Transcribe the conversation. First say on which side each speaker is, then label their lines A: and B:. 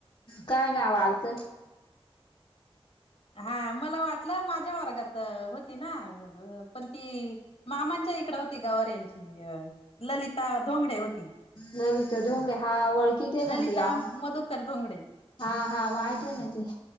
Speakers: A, on the left (about 55°); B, on the left (about 70°).
A: काय नाव आलत
B: हा मला वाटलं माझ्या वर्गात होती ना अ पण ती मामांच्या इकड होती गवारेंची अ ललिता धोंगडे होती
A: ललिता धोंगडे हा वळखीत आहे
B: ललिता
A: ना ती आम
B: मधुकर धोंगडे
A: हा हा माहितीन ती